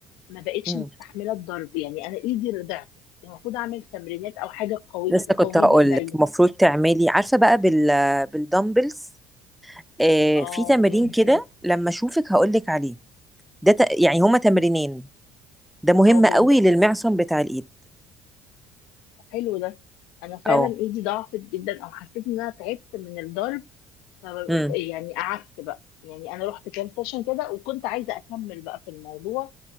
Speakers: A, on the left; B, in the centre.
A: ما بقتش
B: مم.
A: مستحمله الضرب يعني انا ايدي ضعفت المفروض اعمل تمرينات او حاجه قوي
B: لسه
A: تقوي
B: كنت هقول
A: لي ايديا
B: لك المفروض تعملي عارفه بقى بال بالدمبلز آه،
A: اه
B: في تمرين
A: ممكن
B: كده لما اشوفك هقول لك عليه ده ت... يعني هما تمرينين ده مهم
A: اه بال-
B: قوي للمعصم بتاع الايد
A: حلو ده انا فعلا
B: اه
A: ايدي ضعفت جدا او حسيت ان انا تعبت من الضرب ف
B: امم
A: يعني قعدت بقى يعني انا رحت كام سيشن كده وكنت عايزه اكمل بقى في الموضوع